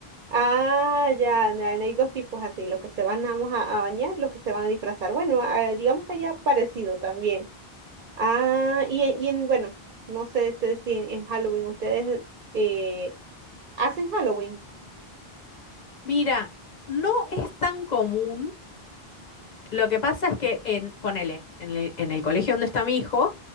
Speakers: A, on the right (about 55°); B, on the left (about 50°).
A: Ah, ya, na- hay dos tipos así, los que se van nada más a, a bañar, los que se van a disfrazar. Bueno, ah, digamos que ya parecido también. Ah, y, en- y en, bueno, no sé este, si en, en Halloween ustedes eh, hacen Halloween.
B: Mira, no es tan común, lo que pasa es que, en, ponele, en el, en el colegio donde está mi hijo,